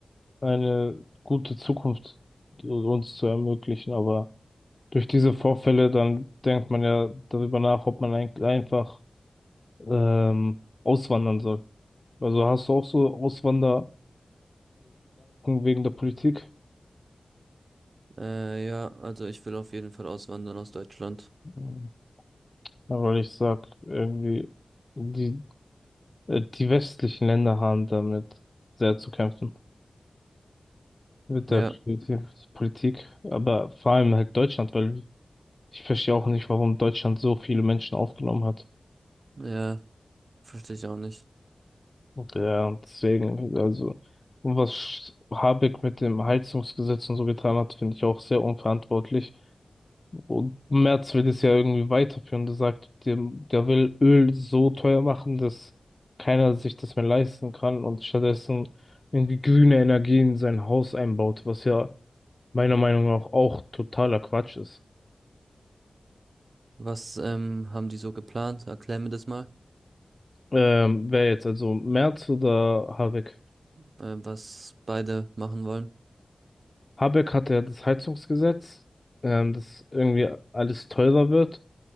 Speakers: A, on the left (about 35°); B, on the right (about 60°).
A: eine gute Zukunft uns zu ermöglichen. Aber durch diese Vorfälle, dann denkt man ja darüber nach, ob man ein- einfach ähm, auswandern soll. Also hast du auch so Auswander-Gedanken wegen der Politik?
B: Äh, ja, also ich will auf jeden Fall auswandern aus Deutschland.
A: Mhm. Ja, Weil ich sag, irgendwie, die, äh, die westlichen Länder haben damit sehr zu kämpfen. Mit
B: Ja,
A: der Politik, Politik. aber vor allem halt Deutschland, weil ich verstehe auch nicht, warum Deutschland so viele Menschen aufgenommen hat.
B: ja, verstehe ich auch nicht.
A: Ja, und deswegen, also, was Sch- Habeck mit dem Heizungsgesetz und so getan hat, finde ich auch sehr unverantwortlich. Und Merz will das ja irgendwie weiterführen. Der sagt, der, der will Öl so teuer machen, dass keiner sich das mehr leisten kann und stattdessen irgendwie grüne Energie in sein Haus einbaut, was ja meiner Meinung nach auch totaler Quatsch ist.
B: Was ähm, haben die so geplant? Erklär mir das mal,
A: Ähm, wer jetzt, also Merz oder Habeck?
B: äh, was beide machen wollen.
A: Habeck hatte ja das Heizungsgesetz, ähm, dass irgendwie alles teurer wird.